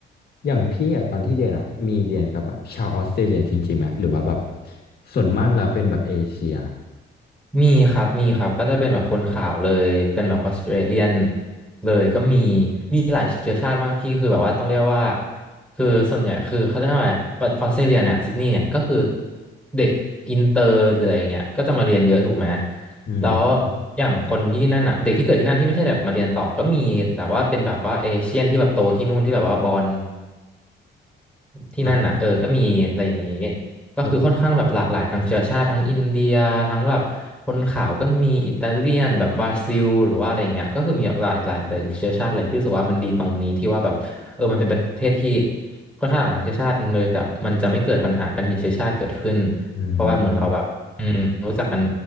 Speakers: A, on the left; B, in the centre.
A: อย่างพี่อ่ะตอนที่เรียนอ่ะมีเรียนกับแบบชาวออสเตรเลียจริงๆไหมหรือว่าแบบส่วนมากแล้วเป็นแบบเอเชีย
B: มีครับ มีครับ ก็จะเป็นแบบคนขาวเลย เป็นแบบออสเตรเลียนเลย ก็มี มีหลายเชื้อชาติมากพี่คือแบบว่าต้องเรียกว่าคือส่วนใหญ่คือเขาเรียกว่าอะไรออสเตรเลียเนี่ยซิดนีย์เนี่ยก็คือเด็กอินเตอร์เลยอย่างเงี้ยก็จะมาเรียนเยอะถูกไหม
A: อืมอม
B: แล้วอย่างคนที่นั่นอ่ะเด็กที่เกิดที่นั่นที่ไม่ใช่แบบมาเรียนต่อก็มีแต่ว่าเป็นแบบว่าเอเชียนที่แบบโตที่นู่นที่แบบว่าบอล ที่นั่นอ่ะเออก็มีอะไรอย่างนี้
A: อ่า
B: ก็คือค่อนข้างแบบหลากหลายทั้งเชื้อชาติทั้งอินเดียทั้งแบบคนขาวก็มีอิตาเลียนแบบบราซิลหรือว่าอะไรอย่างเงี้ยก็คือมีแบบหลายหลายหลายเชื้อชาติเลยพี่รู้สึกว่ามันดีตรงนี้ที่ว่าแบบเออมันเป็นประเทศที่
A: โอ
B: ค่อนข้างหลากหลายทางเชื้อชาติเลยกับมันจะไม่เกิดปัญหาการเหยียดเชื้อชาติเกิดขึ้น
A: อืม
B: เพราะว่าเหมือนเราแบบ อืมรู้จักกัน